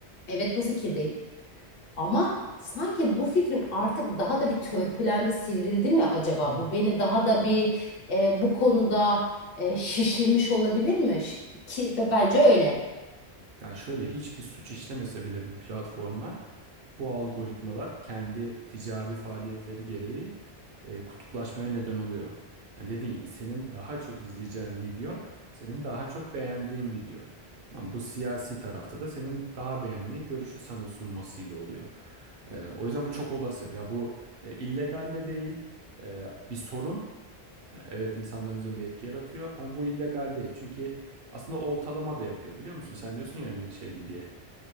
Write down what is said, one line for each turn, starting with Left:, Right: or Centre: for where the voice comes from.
Left: Evet bu fikirdeyim. Ama sanki bu fikrim artık daha da bir törpülendi, sivrildi mi acaba?
Right: Hı hı.
Left: Bu beni daha da bir e, bu konuda e, şişirmiş olabilir mi? Ş- Ki bence öyle.
Right: Yani şöyle hiçbir suç işlemese bile bu platformlar, bu algoritmalar kendi ticari faaliyetleri gereği e, kutuplaşmaya neden oluyor. Yani dediğim gibi senin daha çok izleyeceğin video, senin daha çok beğendiğin video. Ama bu siyasi tarafta da senin daha beğendiğin görüşü sana sunmasıyla oluyor. E, o yüzden bu çok olası. Ya bu e, illegal de değil, e, bir sorun. E, Evet insanların üzerinde bir etki yaratıyor ama bu illegal değil. Çünkü aslında oltalama da yapıyor biliyor musun? Sen diyorsun ya hani şey diye